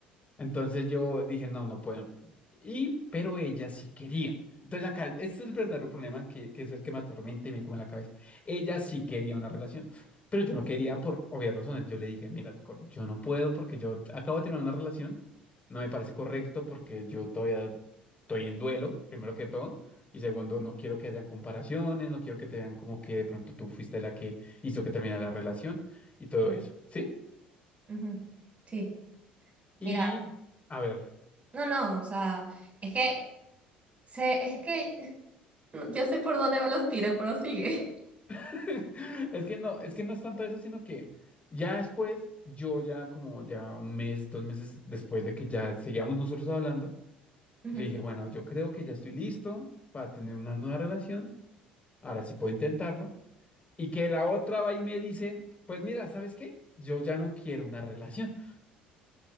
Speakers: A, on the left; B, on the right.
A: Entonces yo dije, no, no puedo. Y, pero ella sí quería. Entonces acá, este es el verdadero problema que, que es el que me atormenta y me come la cabeza. Ella sí quería una relación, pero yo no quería por obvias razones. Yo le dije, mira, Nicole, yo no puedo porque yo acabo de terminar una relación, no me parece correcto porque yo todavía estoy en duelo, primero que todo. Y segundo, no quiero que hayan comparaciones, no quiero que te vean como que de pronto tú fuiste la que hizo que terminara la relación y todo eso, ¿sí?
B: Ujú. Sí, mira,
A: Y a ver.
B: no, no, o sea, es que, se, es que No, yo sé por dónde van los tiros, pero sigue.
A: <laughs> Es que no, es que no es tanto eso, sino que ya después, yo ya como ya un mes, dos meses después de que ya seguíamos nosotros hablando,
B: Ujú.
A: yo dije, bueno, yo creo que ya estoy listo para tener una nueva relación, ahora sí puedo intentarlo. Y que la otra va y me dice, pues mira, ¿sabes qué? Yo ya no quiero una relación,